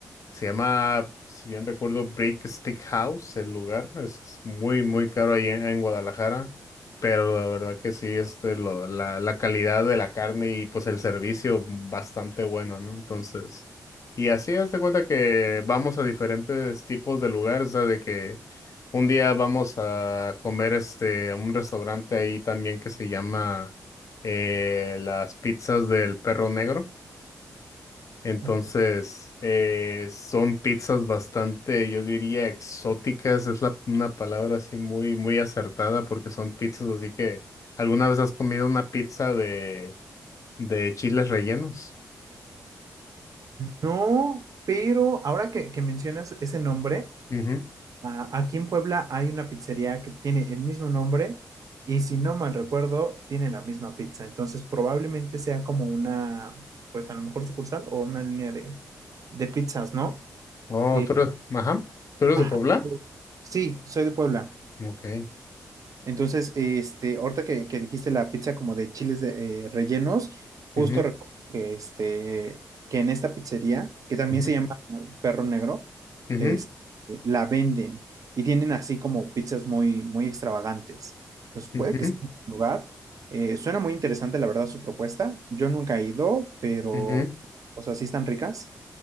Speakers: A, on the left (about 55°); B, on the right (about 60°).
A: se llama, si bien recuerdo, Brick Stick House, el lugar. Es, es muy, muy caro ahí en, en Guadalajara. Pero la verdad que sí, este, lo, la, la calidad de la carne y pues el servicio bastante bueno, ¿no? Entonces, y así hazte cuenta que vamos a diferentes tipos de lugares, o sea, de que un día vamos a comer este, a un restaurante ahí también que se llama eh, Las Pizzas del Perro Negro. Entonces,
B: Ok.
A: eh, son pizzas bastante, yo diría, exóticas. Es la, una palabra así muy, muy acertada porque son pizzas. Así que, ¿alguna vez has comido una pizza de, de chiles rellenos?
B: No, pero ahora que, que mencionas ese nombre.
A: Ujú.
B: Ah, aquí en Puebla hay una pizzería que tiene el mismo nombre y si no mal recuerdo, tiene la misma pizza. Entonces probablemente sea como una, pues a lo mejor sucursal o una línea de, de pizzas, ¿no?
A: Oh,
B: Eh,
A: ¿tú eres, ajá. ¿Tú eres
B: ajá.
A: de Puebla?
B: Sí, soy de Puebla.
A: Ok.
B: Entonces, este, ahorita que, que dijiste la pizza como de chiles de, eh, rellenos, justo
A: Ujú,
B: recuerdo que, este, que en esta pizzería, que también
A: ujú,
B: se llama Perro Negro,
A: ujú,
B: es, la venden y tienen así como pizzas muy, muy extravagantes. Entonces,
A: ujú,
B: puede que sea un lugar. Eh, suena muy interesante, la verdad, su propuesta. Yo nunca he ido, pero,
A: ujú,
B: o sea, sí están ricas.